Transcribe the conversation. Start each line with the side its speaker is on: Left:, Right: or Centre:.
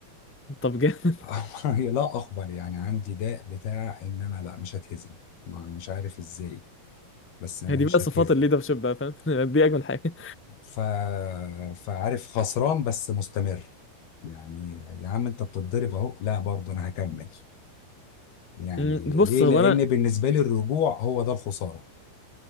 Centre: طب جامد
Left: <laughs> لا اقبل يعني عندي داء بتاع ان انا لا مش هتهزم ما- مش عارف ازاي
Centre: <laughs>
Left: بس انا
Centre: هي دي
Left: مش
Centre: بقى صفات
Left: هتهزم
Centre: الليدرشيب بقى فاهم <laughs> دي اجمل حاجة
Left: ف... فعارف خسران بس مستمر يعني يا عم انت بتتضرب اهو لا برضه انا هكمل
Centre: <laughs>
Left: يعني
Centre: أمم، بص
Left: ليه
Centre: هو
Left: لان
Centre: انا
Left: بالنسبه لي الرجوع هو ده الخساره